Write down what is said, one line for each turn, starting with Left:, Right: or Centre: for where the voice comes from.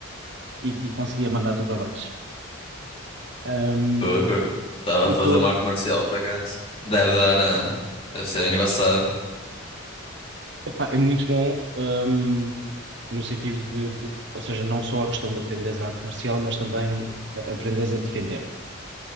Right: e, e conseguia mandar tudo abaixo. Um,
Left: Pô, cur- Estava
Right: e
Left: a fazer
Right: estou.
Left: uma arte marcial por acaso. Deve dar. ah,
Right: Ok.
Left: Deve ser engraçado.
Right: Epá, é muito bom, um, no sentido de, de- Ou seja, não só a questão de aprenderes a arte marcial, mas também a- aprenderes a defender-te.